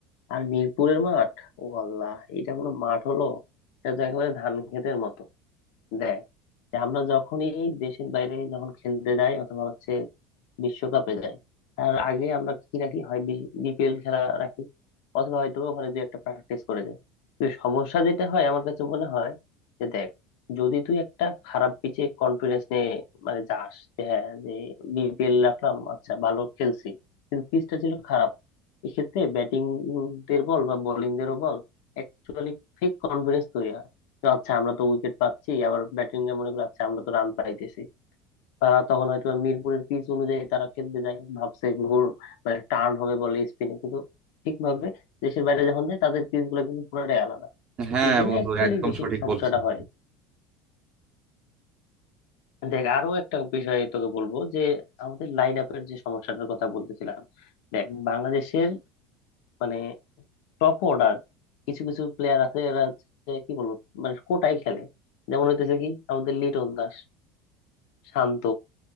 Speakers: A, on the left; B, on the right.
A: আর মিরপুরের মাঠ ও আল্লাহ এটা কোনো মাঠ হলো এটা তো একেবারে ধান ক্ষেতের মতো দেয় যে আমরা যখনই দেশের বাইরে যখন খেলতে যাই অথবা হচ্ছে বিশ্বকাপে যায় তার আগে আমরা কি রাখি হয় বিপিএল খেলা রাখি অথবা হয়তো ওখানে দুই একটা প্র্যাকটিস করে যায় কিন্তু সমস্যা যেটা হয় আমার কাছে মনে হয় যে দেখ যদি তুই একটা খারাপ পিচে কনফিডেন্স নিয়ে মানে যাস যে হ্যাঁ যে বিপিএল রাখলাম আচ্ছা ভালো খেলছি কিন্তু পিচটা ছিল খারাপ এক্ষেত্রে ব্যাটিং দের বল বা বোলিং দেরও বল অ্যাকচুয়ালি ফেক কনফিডেন্স তৈরি হয় যে আচ্ছা আমরা তো উইকেট পাচ্ছি আবার ব্যাটিং এ মনে করি আচ্ছা আমরা তো রান পাইতেছি আহ তখন হয়তো মিরপুরের পিচ অনুযায়ী তারা খেলতে যায় ভাবছে ঘুর মানে টার্ন হবে বলে স্পিনে কিন্তু ঠিকভাবে দেশের বাইরে যখন যায় তাদের পিচ গুলো কিন্তু পুরোটাই আলাদা
B: হ্যাঁ
A: এই জন্য
B: বন্ধু
A: অ্যাকচুয়ালি
B: একদম
A: বেশি
B: সঠিক
A: সমস্যাটা
B: বলছিস
A: হয় দেখ আরো একটা বিষয় তোকে বলবো যে আমাদের লাইন আপের যে সমস্যাটার কথা বলতেছিলাম দেখ বাংলাদেশের মানে টপ অর্ডার কিছু কিছু প্লেয়ার আছে এরা হচ্ছে কি বলবো মানে কোটায় খেলে যেমন হইতেছে কি আমাদের লিটন দাস শান্ত